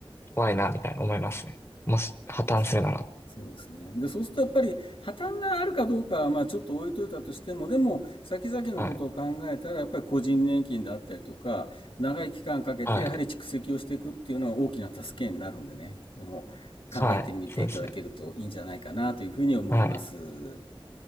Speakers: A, on the left (about 25°); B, on the left (about 70°).
A: 怖いな、みたいな思いますね。もし破綻するなら。
B: そうですね。そうですね、でそうするとやっぱり破綻があるかどうかはまあちょっと置いといたとしても、でも先々のことを考えたらやっぱり個人年金であったりとか、
A: はい。
B: 長い期間かけてやはり蓄積をしていくっていうのは大きな助けになるんでね、
A: はい。
B: あの、考えてみていただけるといいんじゃないかなというふうに思います。
A: はい。そうですね。はい。